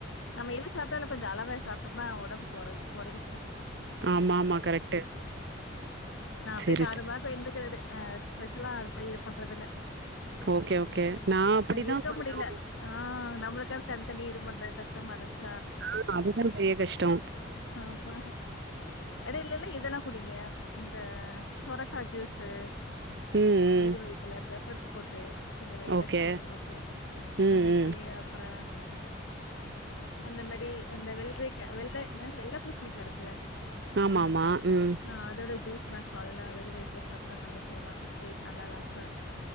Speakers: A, on the left; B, on the right.
A: நம்ம எது சாப்ட்டாலு கொஞ்சொ அளவா சாப்டோம்னா ஒடம்பு கொறையு கொறையுங்க
B: ஆமா ஆமா கரெக்ட்டு
A: நா அப்டியே
B: சரி,
A: நாருமாச
B: சரி.
A: இருந்துக்கறது அ ஸ்பெஷலா அது போய் இது பண்றதில்ல
B: ஓகே, ஓகே. நான் அப்படிதான்
A: இருக்க
B: கொஞ்சம்
A: முடியல ஆ நம்மளுக்கு தனி தனி இது பண்றது கஷ்டமாருந்ச்சு
B: ஆ அதுதா பெரிய்ய கஷ்டோ
A: ஆமா எடைலல்ல இதெல்லா குடிங் இந்த சொரக்கா ஜூஸ்ஸு
B: ம், ம்.
A: வெறு வயித்துல பெப்பர் போட்டு கொஞ்ச லைட்டா
B: ஓகே.
A: சால்ட்டு போட்டு
B: ம்,
A: அந்த மாரி
B: ம்.
A: அப்புற அந்த மாரி அந்த வெள்ரிக்க வெள்ள என்ன வெள்ள பூசணிக்கா ருக்குல
B: ஆமாமா.
A: ஆ
B: ம்.
A: ஆ அதோட ஜூஸ் லாம் காலலா வெறு வயதுல சாப்ட்டா நல்லது சொல்லுவாங்க வெயிட் நல்லா லாஸ் ஆகு